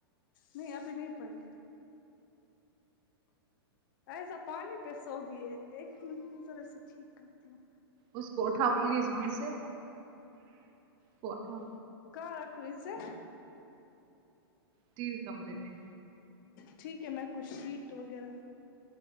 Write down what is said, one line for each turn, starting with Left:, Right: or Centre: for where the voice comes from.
Left: نہیں ابھی نہیں پڑھی ائیزا پانی پہ سو گی ہے ایک منٹ میں ذرا اسے ٹھیک کرتی ہوں
Right: اس کو اٹھا پلیز وہاں سے کو اٹھا
Left: کہاں رکھو ں ا سے
Right: ٹی وی کمرے میں
Left: ٹھیک ہے میں کچھ شیٹ ٹوکر